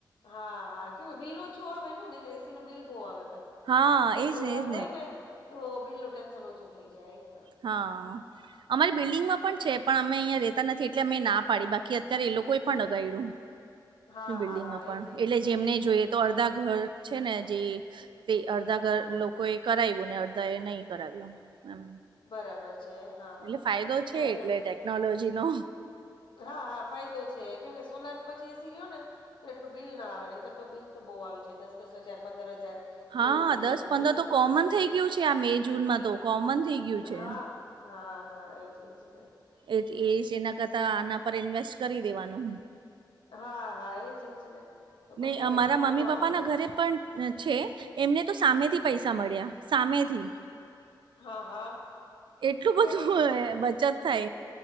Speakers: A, on the left (about 80°); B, on the right (about 80°).
A: હા હા કે બિલ ઓછું આવે ને ને તો એસી નું બિલ બો આવે.
B: હા એજ
A: સોલાર
B: એજ
A: હોય ને તો બિલ નું ટેન્શન ઓછું થઈ જાય. હા
B: હા. અમારી બિલ્ડિંગમાં પણ છે પણ અમે અહીંયા રહેેતા નથી એટલે અમે ના પાડી બાકી અત્યારે એ લોકોએ પણ લગાડ્યું.
A: <inaudible>
B: બિલ્ડિંગમાં
A: હા હા
B: પણ
A: એજ એજ
B: એટલે
A: ને
B: જેમને જોયે તો અર્ધા ઘર છે ને જે તે અર્ધા ઘર
A: હા
B: લોક કોઈ એ કરાવ્યું ને અડધા એ નય કરાવ્યું એમ.
A: બરાબર છે. હા હા.
B: એટલે ફાયદો છે
A: ના અત્યારે
B: એટલે ટેકનોલોજી નો.
A: હા હા ફાયદો છે કેમ કે સોલાર પછી એસી લ્યો ને તો એટલું બિલ ના આવે નહીતર તો બિલ તો બો આવી જાય દસ દસ હજાર, પંદર હજાર.
B: હા
A: એવું થઈ
B: દસ
A: જાય પછી
B: પંદર તો કોમન થઇ ગયું છે. આ મે, જૂનમાં તો કોમન થઇ ગયું છે.
A: હા હા હા એજ એજ ને.
B: એ
A: તો
B: એ એના કરતા આના પર ઇન્વેસ્ટ કરી દેવાનું.
A: હા હા એ જ એજ ને. તો
B: ની
A: પછી આપડે
B: અમારા
A: બિલ
B: મમ્મી
A: ન આવે
B: પપ્પા ના ઘરે પણ. છે એમને તો સામેથી પૈસા મળ્યા, સામેથી.
A: હા હા.
B: એટલું બધું
A: બરાબર
B: બચત થાય